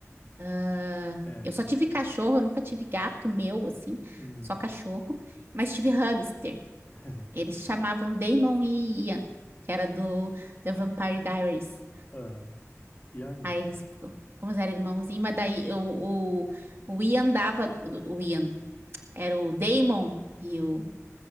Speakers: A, on the right; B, on the left.
A: Ah,
B: é
A: eu
B: isso,
A: só tive
B: assim.
A: cachorro, eu nunca tive gato meu, assim,
B: Uhum.
A: só cachorro, mas tive hamster.
B: <laughs>
A: Eles se chamavam Damon e Ian, que era do The Vampire Diaries.
B: Ah, e aí?
A: Aí eles, como eles eram irmãozinhos, mas daí o, o, o Ian dava, o Ian era o Damon e o